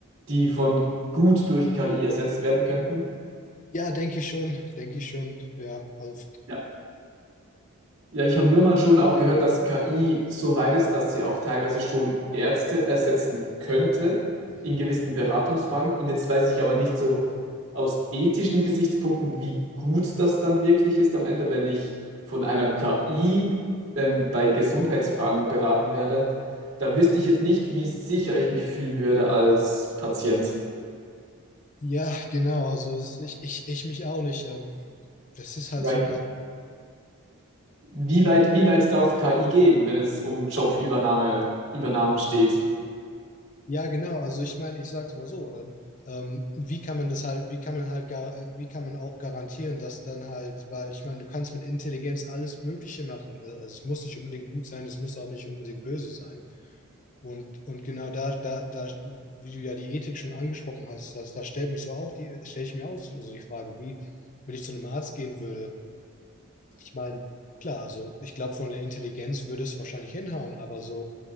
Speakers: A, on the right (about 60°); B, on the left (about 35°).
A: die von gut durch KI ersetzt werden könnten.
B: ja, denke ich schon, denke ich schon, ja. Also,
A: Ja. Ja, ich habe nur mal schon auch gehört, dass KI so weit ist, dass sie auch teilweise schon Ärzte ersetzen könnte
B: mhm.
A: in gewissen Beratungsfragen. Und jetzt weiß ich aber nicht so aus ethischen Gesichtspunkten, wie gut das dann wirklich ist am Ende, wenn ich von einer KI ähm, bei Gesundheitsfragen beraten werde. Da wüsste ich jetzt nicht, wie sicher ich mich fühlen würde als Patient.
B: ja, genau, also das, ich, ich, ich mich auch nicht. Ähm, das ist halt
A: Ja,
B: so
A: ich-
B: eine,
A: Wie weit, wie weit darf KI gehen, wenn es um Jobübernahme, Übernahmen steht?
B: ja, genau, also ich meine, ich sag's mal so, ähm, ähm, wie kann man das halt, wie kann man halt, gar, wie kann man auch garantieren, dass dann halt, weil ich meine, du kannst mit Intelligenz alles Mögliche machen. Äh, Also es muss nicht unbedingt gut sein, es muss auch nicht unbedingt böse sein. Und, und genau da, da, da, wie du ja die Ethik schon angesprochen hast, das, da stellt mich so auch die, stelle ich mir auch so so die Frage, wie, wenn ich zu einem Arzt gehen würde, ich meine, klar, also ich glaube, von der Intelligenz würde es wahrscheinlich hinhauen, aber so